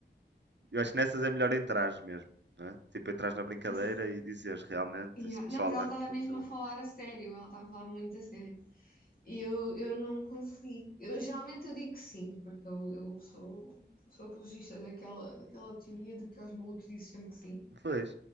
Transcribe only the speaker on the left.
<laughs>
Yeah.
Não, mas ela
estava
mesmo a falar a sério, ela estava a falar muito a sério. E eu, eu não consegui. Eu, geralmente eu digo que sim, porque eu, eu sou, sou apologista daquela, daquela teoria de que aos malucos dizem sempre que sim.